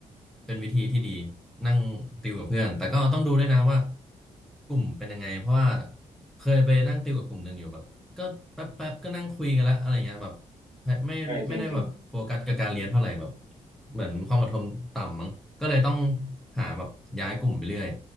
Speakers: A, in the centre; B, on the left.
A: เป็นวิธีที่ดีนั่งติวกับเพื่อนแต่ก็ต้องดูด้วยนะว่า
B: อ่า
A: กลุ่มเป็นยังไงเพราะว่าเคยไปนั่งติวกับกลุ่มหนึ่งอยู่แบบก็แป๊บแป๊บก็นั่งคุยกันแล้วอะไรเงี้ยแบบไม่ไม่ได้แบบโฟกัสกับการเรียนเท่าไหร่แบบ
B: เออจริงจริงจริง
A: เหมือนความอดทนต่ำมั้งก็เลยต้องหาแบบย้ายกลุ่มไปเรื่อย